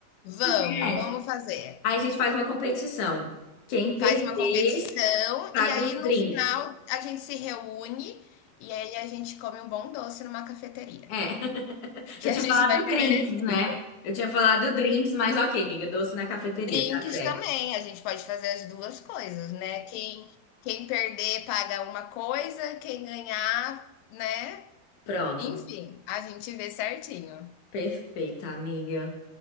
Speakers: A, on the left; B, on the left.
A: Vamos,
B: Tu conhece?
A: vamos fazer.
B: Aí a gente faz uma competição. Quem perder,
A: Faz uma competição
B: paga
A: e aí
B: os
A: no
B: drinks.
A: final a gente se reúne e aí a gente come um bom doce numa cafeteria,
B: É, <laughs>
A: que
B: eu tinha
A: a gente
B: falado
A: vai
B: drinks,
A: ter merecido.
B: né? Eu tinha falado drinks, mas ok, amiga, doce na cafeteria,
A: Drinks
B: tá certo.
A: também, a gente pode fazer as 2 coisas, né. Quem quem perder paga uma coisa, quem ganhar, né,
B: Pronto.
A: enfim, a gente vê certinho.
B: Perfeita, amiga.